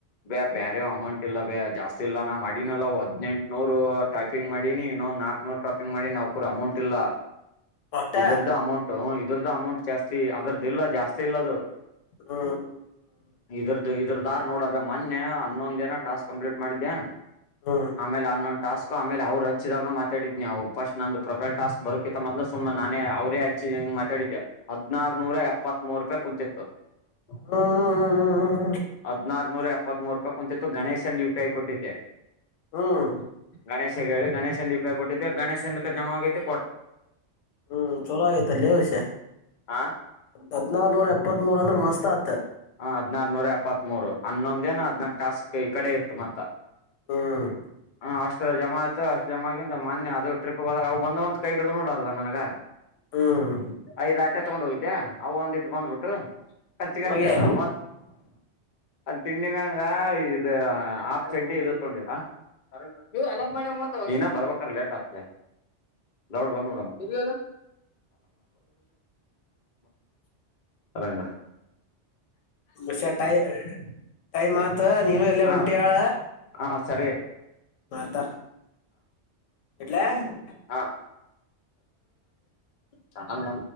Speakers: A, on the left; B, on the left.
A: ಬೇ ಬೇರೆ ಅಮೌಂಟ್ ಇಲ್ಲ ಬೇ ಜಾಸ್ತಿ ಇಲ್ಲ ನಾ ಮಾಡಿನಲ್ಲ ಹದ್ನೆೆಂಟುನೂರ್ ಟೈಪಿಂಗ್ ಮಾಡಿನಿ ಇನು ನಾಕ್ ನೂರ್ ಟಾಪಿಂಗ್ ಮಾಡಿ ನಾವ ಕೂರ ಅಮೌಂಟ್ ಇಲ್ಲ
B: ಒಟ್ಟ
A: ಇದ್ರದ್ದ ಅಮೌಂಟ್ ಇದ್ರ್ದ ಅಮೌಂಟ್ ಜಾಸ್ತಿ ಅದ್ರದ್ದುಲ್ಲ ಜಾಸ್ತಿ ಇಲ್ಲದು
B: ಹ್ಮ್
A: ಇದ್ರದು ಇದ್ರ ದಾರ್ ನೋಡ ಮೊನ್ನೆ ಹನ್ನೊಂದ ದಿನ ಟಾಸ್ಕ್ ಕಂಪ್ಲೀಟ್ ಮಾಡಿದ್ದೆ
B: ಹ್ಮ್
A: ಆಮೇಲೆ ಹನ್ನೊಂದು ಟಾಸ್ಕ್ ಆಮೇಲೆ ಅವ್ರು ಹಚ್ಚಿದಾಗ ಮಾತಾಡಿದ್ ನಾವುಫಸ್ಟ್ ನಂದು ಪ್ರೊಫೈಲ್ ಟಸ್ಕ್ ಬೋಕತ್ತ ಮದಲ ಸುಮ್ನೆ ನಾನೇ ಅವರೇ ಮಾತಾಡಿದ್ಯಾ ಹದನಾರನೂರ ಎಪ್ಪತ್ತ್ ಮೂರು ರೂಪಾಯಿ ಕುಂತಿತು
B: ಹ್ಮ್
A: ಹದನಾರನೂರ ಎಪ್ಪತ್ತ್ ಮೂೂರು ರೂಪಾಯಿ ಕುಂತತ್ತು ಗಣೇಶ್ ಎನ್ ಯುಪಿಐ ಕೊಟ್ಟಿದ್ದೆ
B: ಹ್ಮ್
A: ಗಣೇಶಗೆ ಹೇಳಿ ಗಣೇಶಂದು ಉಪಾಯ ಕೊಟ್ಟಿದ್ದ ಗೇಶನಂದಕ್ಕೆ ಜಮ ಆತ್ತು
B: ಹ್ಮ್ ಚಲ ಆತ ಲೇ ಔಸ
A: ಆ
B: ಹದಿನಾರ ನೂ ಇಪ್ಪತ್ತ್ ಮೂರ್ ಅಂದ್ರೆ ಮಸ್ತ್ ಆತ್
A: ಹ ಹದ್ನಾರನೂರ ಎಪ್ಪತ್ ಮೂರು ಹನ್ನೊಂದ ಏನ ಹದ್ನಾಕ್ ಟಾಸ್ಕ್ ಈ ಕಡೆ ಇತ್ತು ಮತ್ತ
B: ಹ್ಮ್
A: ಹ ಅಷ್ಟು ಜಮ ಆಯ್ತು ಅಷ್ಟ ಜಮ ಆಗ ಅಂತ ಮಾನ್ಯ ಅದು ಟ್ರಿಪ್ ಹೋದಾಗ ಅವವು ಬಂದಂತ ಕೈ ಹಡು ನೋಡಾರದ ನನಗ
B: ಹ್ಮ್
A: ಐದ್ ಆಟೆ ತಗೊಂಡ್ ಹೋಗಿದ್ದ್ಯಾ ಅ ಒಂದಿಟ್ಟು ಬಂದ್ಬಿಟ್ಟು ಖರ್ಚಿಗೆ
B: ಹೋಗೆ
A: ಆತಲ್ಲ ಮ ಅಲ್ಲಿ ತಿಂಡಿ ಮ್ಯಂಗ ಇ ಆಪ್ ಚಡ್ಡಿ ಇ ತಗೊಂಡಿರ ಅ ಮ ಇನ ಬರ್ವಕ್ಕರ ಲೇಟ್ ಆತ ದಾವೊಡ ಬಂದ ಬಿಡೊಣ ಆರಂಗ
B: <unintelligible> ಟೈ ಟೈಮ್ ಆಯ್ತು ನೀ ಎಲ್ಲ
A: ಹಾ
B: ಒಂಟಿಯಾಳ
A: ಹಾ ಸರಿ
B: ಮಾತಾ <unintelligible>
A: <unintelligible> ಹಾ ಚಾನ